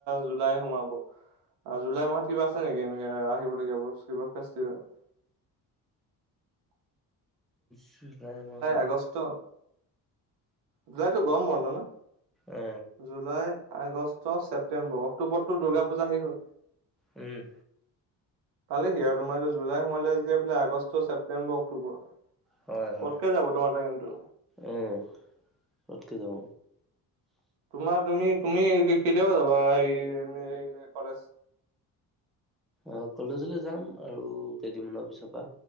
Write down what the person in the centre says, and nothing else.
জুলাই মাহত
অ
উম।
হয়
হয়
উম। পতকে যাব।
অ' কলেজলৈ যাম আৰু কেইদিনমানৰ পিছৰ পৰা